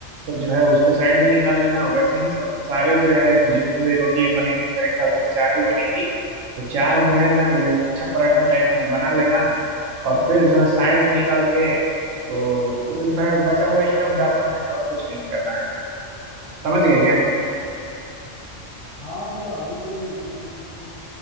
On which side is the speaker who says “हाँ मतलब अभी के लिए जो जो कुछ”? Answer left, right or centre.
Left